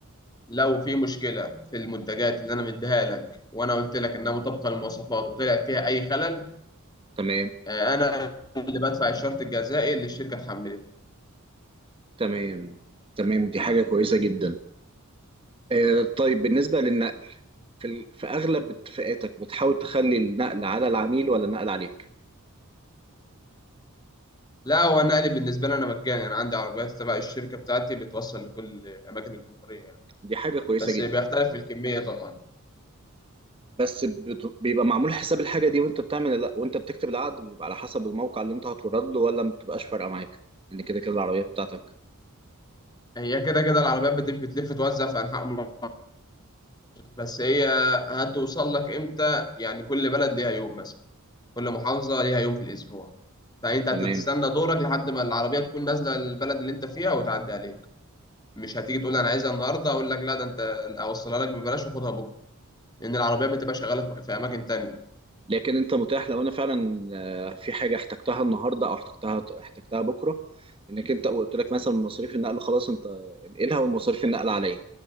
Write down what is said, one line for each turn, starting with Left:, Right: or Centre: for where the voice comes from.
Left: لو في مشكلة في المنتجات اللي أنا مديها لك وأنا قلت لك إنها مطابقة للمواصفات وطلع فيها أي خلل
Right: تمام
Left: آه، أنا اللي بدفع الشرط الجزائي اللي الشركة اتحملته
Right: تمام تمام دي حاجة كويسة جدا آه، طيب بالنسبة للنقل في ال- في أغلب اتفاقاتك بتحاول تخلي النقل على العميل ولا النقل عليك
Left: لا هو النقل بالنسبة لي أنا مجاني أنا عندي عربيات تبع الشركة بتاعتي بتوصل لكل أماكن الجمهورية يعني
Right: دي حاجة كويسة
Left: بس
Right: جدا
Left: بيختلف في الكمية طبعا
Right: بس بت- بيبقى معمول حساب الحاجة دي وانت بتعمل لا وانت بتكتب العقد بيبقى على حسب الموقع اللي انت هتورد له ولا ما بتبقاش فارقة معاك ان كده كده العربية بتاعتك
Left: هي كده كده العربيات بتلف بتلف توزع في أنحاء مصر بس هي هتوصل لك إمتى يعني كل بلد ليها يوم مثلا كل محافظة ليها يوم في الأسبوع فأنت
Right: تمام
Left: هتستنى دورك لحد ما العربية تكون نازلة البلد اللي أنت فيها وتعدي عليك مش هتيجي تقول أنا عايزها النهاردة أقول لك لا ده أنت أوصلها لك ببلاش وخدها بكرة لأن العربية بتبقى شغالة في مك- في أماكن تانية
Right: لكن انت متاح لو انا فعلا آه، في حاجه احتجتها النهارده او احتجتها احتجتها بكره انك انت قلت لك مثلا مصاريف النقل خلاص انت انقلها ومصاريف النقل عليا